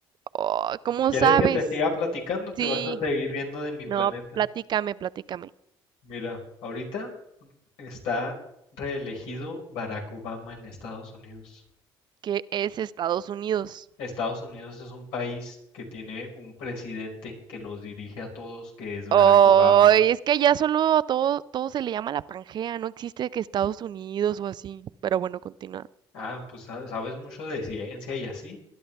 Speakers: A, on the right (about 50°); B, on the left (about 80°).
A: Oh, ¿cómo
B: ¿Quieres
A: sabes?
B: que te siga platicando? Te
A: Sí,
B: vas a seguir riendo de mi
A: no,
B: planeta.
A: platícame, platícame.
B: Mira, ahorita está reelegido Barack Obama en Estados Unidos.
A: que es Estados Unidos.
B: Estados Unidos es un país que tiene un presidente que los dirige a todos, que es Barack
A: Oh,
B: Obama.
A: es que allá solo a todo, todo se le llama la Pangea, no existe que Estados Unidos o así. Pero bueno, continúa.
B: Ah, pues sa- sabes mucho de ciencia y así,